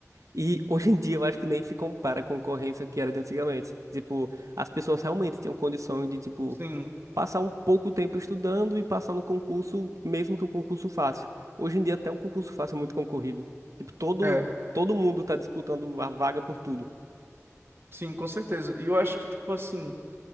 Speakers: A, on the right (about 75°); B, on the right (about 45°).
A: E hoje em dia eu acho que nem se compara a concorrência que era de antigamente. Tipo, as pessoas realmente tinham condição de, tipo,
B: Sim,
A: passar um pouco tempo estudando e passar no concurso, mesmo que o concurso fácil. Hoje em dia até o concurso fácil é muito concorrido. Tipo, todo,
B: é,
A: todo mundo tá disputando a vaga por tudo.
B: sim, com certeza. E eu acho que, tipo, assim.